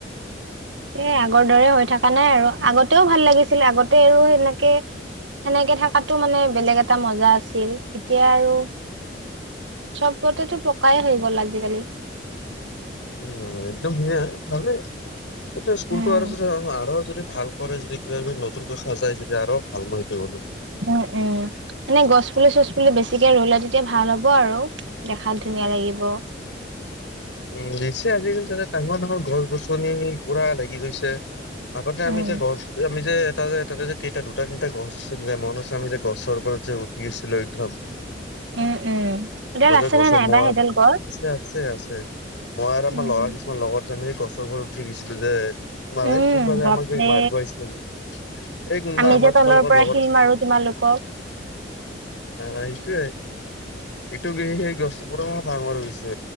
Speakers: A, on the right (about 85°); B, on the left (about 80°).
A: এ আগৰ দৰে হৈ থাকা নাই আৰু। আগতেও ভাল লাগিছিল, আগতে আৰু সেনেকে সেনেকে থাকাতো মানে বেলেগ এটা মজা আছিল। এতিয়া আৰু চবতেটো পকাই হৈ গ'ল আজিকালি।
B: উম, একদম সেয়াই ভালে। এতঃয়া স্কুলটো
A: উম
B: আৰু <unintelligible> যদি ভাল কৰে যদি, কিবা কিবি নতুনকৈ সজাই যদি আৰু ভাল মই হেতোয়ে ক'লো।
A: উম, উম, এনে গছপুলি-চছপুলি বেছিকে ৰুলে তেতিয়া ভাল হ'ব আৰু। দেখাত ধুনী ধুনীয়া লাগিব।
B: উম, দিছে আজিকালি তাতে ডাঙৰ ডাঙৰ গছ-গছনি পুৰা লাগি গৈছে। আগতে
A: উম
B: আমি যে গছ যে, আমি যে এটা যে টাতে যে তেতিয়া দুটা-তিনিটা গছ আছিলে। মনত আছেনে আমি যে গছৰ ওপৰত যে উঠি আছিলো একদম।
A: উম উম। এডাল
B: মইযে
A: আছে
B: গছত
A: নে নাই
B: <unintelligible>
A: বা সেইডাল গছ?
B: আছে'আছে, আছে। মই আৰু আমাৰ
A: উম
B: ল'ৰা কিছুমান লগত যে আমি গছৰ ওপৰত উঠি গৈছিলো যে তোমাৰ
A: উম।
B: এই কোনোবা যে
A: বাপৰে
B: আমাক যে মাৰিব আহিছিলে। এই কোনোবা
A: আমি
B: আমাৰ,
A: যে তলৰ
B: তোমালোকৰ
A: পৰা
B: লগৰ।
A: শিল মাৰো তোমালোকক।
B: আ সেইটোৱে। এইটো কি সেই গছ পুৰা ডাঙৰ হৈ গৈছে।